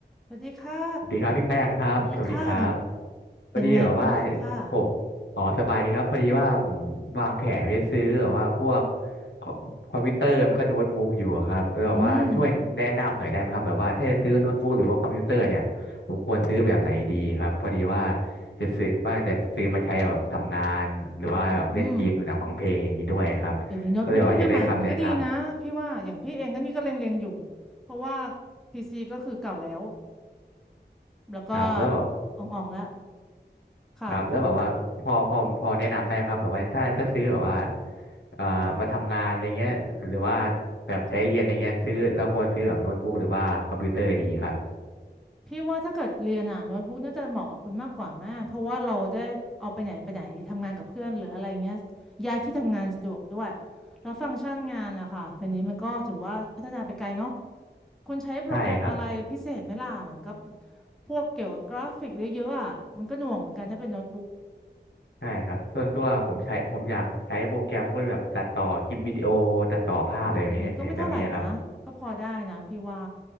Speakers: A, in the centre; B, on the left (about 75°).
A: สวัสดีค่ะ
B: สวัสดีครับพี่แป้งครับสวัสดีครับ
A: สวัสดีค่ะ
B: พอดีแบบว่า
A: เป็นไงบ้างค่ะ
B: ผมอ๋อสบายดีครับพอดีว่าผมวางแผนไว้ซื้อแบบว่าพวกคอมคอมพิวเตอร์ไม่ก็โน้ตบุ๊กอยู่อะครับเออแบบว่าช่วยแนะนำหน่อยได้ไหมครับแบบว่าถ้าจะซื้อโน้ตบุ๊กหรือว่าคอมพิวเตอร์เนี่ยผมควรซื้อแบบไหนดีครับพอดีว่า
A: อืม
B: จะซื้อว่าจะซื้อมาใช้แบบทำงานหรือว่าแบบเล่นเกมดูหนังฟังเพลงอย่างนี้ด้วยครับก็เลยว่าอยากได้คำแนะน
A: อืมเดี๋ยวนี้โน้ตบุ๊กรุ่นใหม่ๆมันก็ดีนะพี่ว่าอย่างพี่เองก็นี่ก็เล็งๆอยู่เพราะว่า p ีซีก็คือเก่าแล้วแล้วก็
B: ำครับแล้วแบบ
A: อ่องๆแล้วค่ะ
B: ครับแล้วแบบว่าพอพอพอแนะนำได้ไหมครับแบบว่าถ้าถ้าซื้อแบบว่าเอ่อมาทำงานอะไรเงี้ยหรือว่าแบบใช้เรียนอะไรเงี้ยซื้อเราควรซื้อแบบโน้ตบุ๊กหรือว่าคอมพิวเตอร์ดีครับ
A: พี่ว่าถ้าเกิดเรียนอ่ะโน้ตบุ๊กน่าจะเหมาะกับคุณมากกว่าแม่เพราะว่าเราได้เอาไปไหนไปไหนทำงานกับเพื่อนหรืออะไรเงี้ยย้ายที่ทำงานสะดวกด้วยแล้วฟังก์ชันงานอะค่ะแต่นี้มันก็ถือว่าพัฒนาไปไกลเนาะ คุณใช้โปรแกรมอะไรพิเศษไหมล่ะมันก็
B: ใช่ครับ
A: พวกเกี่ยวกับกราฟิกเยอะๆอ่ะมันก็หน่วงเหมือนกันถ้าเป็นโน้ตบุ๊ก
B: ใช่ครับส่วนตัวผมใช้ผมอยากใช้โปรแกรมพวกแบบตัดต่อคลิปวิดีโอตัดต่อภาพอะไรแบบนี้แบบนี้ครับ
A: เอาเดี๋ยวนี้ก็ไม่เท่าไหร่นะก็พอได้นะพี่ว่า